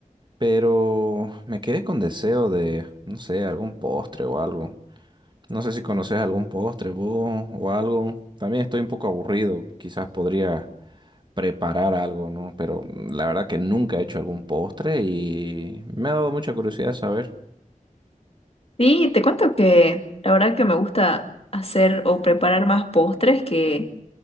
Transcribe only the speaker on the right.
pero me quedé con deseo de, no sé, algún postre o algo. No sé si conoces algún postre vos o algo. También estoy un poco aburrido, quizás podría preparar algo, ¿no? Pero mm, la verdad que nunca he hecho algún postre y me ha dado mucha curiosidad saber.